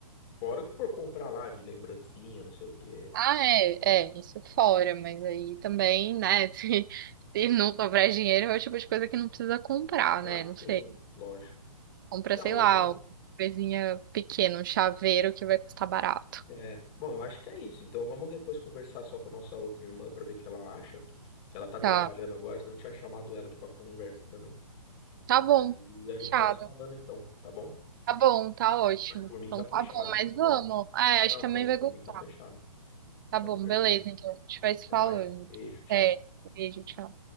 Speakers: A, on the left; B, on the right.
A: Fora o que for comprar lá de lembrancinha, não sei o quê.
B: Ah, é, é, isso fora, mas aí também, né, <laughs> se, se não sobrar dinheiro, é o tipo de coisa que não precisa comprar,
A: Ah,
B: né? Não sei.
A: sim, lógico.
B: Compra,
A: Não,
B: sei
A: legal.
B: lá, uma coisinha pequena, um chaveiro que vai custar barato.
A: É. Bom, eu acho que é isso. Então vamos depois conversar só com a nossa outra irmã para ver o que ela acha. Que ela tá trabalhando
B: Tá,
A: agora, senão eu tinha chamado ela aqui para conversa também.
B: tá bom.
A: Aí a gente
B: Fechado.
A: vai se falando então, tá bom?
B: Tá bom, tá ótimo.
A: Mas por mim
B: Então
A: tá fechado,
B: tá bom, mas
A: sim,
B: vamos.
A: vamos.
B: É,
A: Não,
B: acho que a
A: vamos,
B: mãe vai
A: por
B: gostar.
A: mim tá fechado.
B: Tá
A: Com
B: bom,
A: certeza.
B: beleza, então. A gente vai se
A: Até
B: falando.
A: mais. Beijo, tchau.
B: Até. Beijo, tchau.